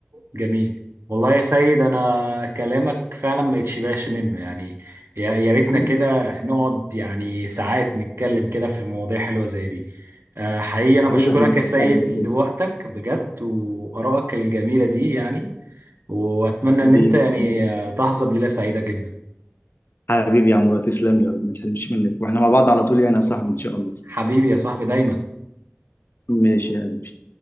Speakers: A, on the right; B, on the left.
A: جميل والله يا سيد انا كلامك فعلا ما يتشبعش منه يعني يا يا ريتنا
B: يعني.
A: كده نقعد يعني ساعات نتكلم كده في مواضيع حلوة زي دي آه، حقيقي انا
B: حبيبي
A: بشكرك
B: احنا مع
A: يا سيد
B: بعض على
A: لوقتك
B: طول.
A: بجد وآرائك الجميلة دي يعني واتمنى
B: حبيبي
A: ان انت يعني
B: يا زميلي
A: آه، تحظى بليلة سعيدة جدا
B: حبيبي يا عمرو تسلم لي يا رب ما تحرمش منك واحنا مع بعض على طول يعني يا صاحبي ان شاء الله
A: حبيبي يا صاحبي دايما
B: ماشي يا قلبي